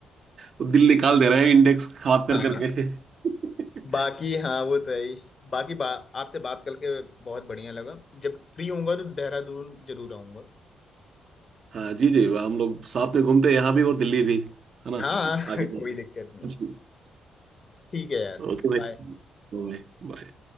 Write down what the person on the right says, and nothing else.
तो दिल निकाल दे रहे हैं इंडेक्स खराब
कर करके <laughs>
हाँ जी जी हम लोग साथ में घूमते हैं यहाँ भी और दिल्ली भी है ना
आगे
<laughs>
जी।
ओके
भाई बाय बाय।